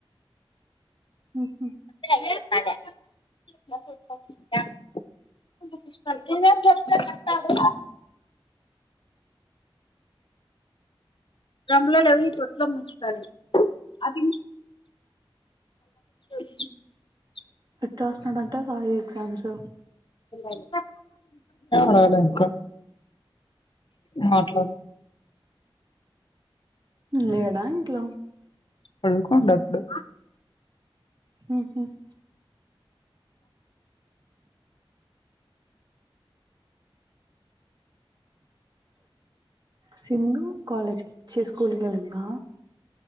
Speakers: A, on the right; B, on the left.
A: మ్మ్
B: <unintelligible> ఇంగేన్ జెప్తారా తాడు డ్రమ్లల్లై తొట్లో ముంచుకాలి అది <unintelligible>
A: ఎట్టరాస్తూన్నడాంట సాయి ఎగ్జామ్స్
B: ఏం కాలే ఇంకా మట్లాడిన.
A: నేనా ఇంట్లో.
B: పండుకోంటప్పుడు
A: అహ సింధు కాలేజ్కి చ్చీ స్కూల్కెళ్ళిందా.